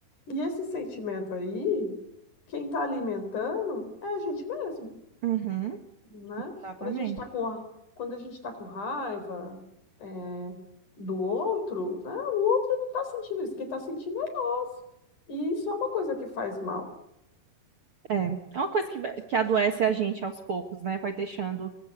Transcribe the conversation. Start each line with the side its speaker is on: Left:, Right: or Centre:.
Left: E esse sentimento aí, quem está alimentando é a gente mesmo,
Right: Uhum,
Left: né?
Right: exatamente.
Left: Quando a gente está com, a- quando a gente tá com raiva, é, do outro, né? O outro não está sentindo isso, quem está sentindo é nós. E isso é uma coisa que faz mal.
Right: É, é uma coisa que, vai- que adoece a gente aos poucos, né? Vai deixando.